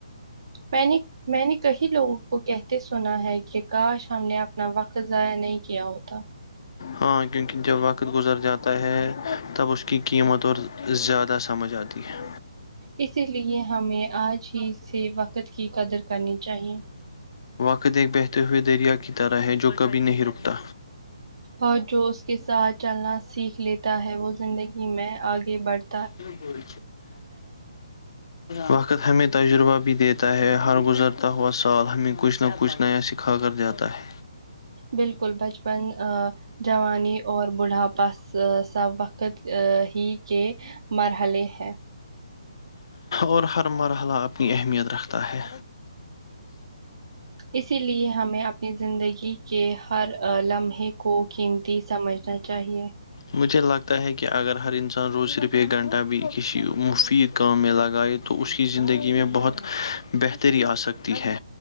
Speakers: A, on the right; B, on the left.
A: میں نے میں نے کہی لو وہ کہتے سنا ہے کہ آ کاش ہم نے اپنا وقت ضائع نہیں کیا ہوتا
B: ہاں کی جب وقت گزر جاتا ہے تب اس کی قیمت اور زیادہ سمجھ آتی ہے
A: اسی لیے ہمیں آج ہی اس سے وقت کی قدر کرنی چاہیے
B: کدے بہتے ہوئے دریا کی طرح ہے جو کبھی نہیں رکتا
A: اور جو اس کے ساتھ چلنا سیکھ لیتا ہے وہ زندگی میں آگے بڑھتی
B: ت بول وقت ہمیں تجربہ بھی دیتا ہے ہر گزرتا ہوا سال ہمیں کچھ نہ کچھ نیا سکھا کر جاتا ہے
A: بالکل بچپ ن ا جوانی اور بڑھاپا سب وقت ہی کے مرحلے ہیں
B: اور ہر مرحلہ اپنی اہمیت رکھتا ہے
A: اسی لیے ہمیں اپنی زندگی کے ہر لمحے کو قیمتی سمجھنا چاہیے
B: مجھے لگتا ہے کہ اگر ہر انسان روز صرف ایک گھنٹہ بھی کسی مفید کام میں لگائے تو اس کی زندگی میں بہت بہتری آ سک ت ہے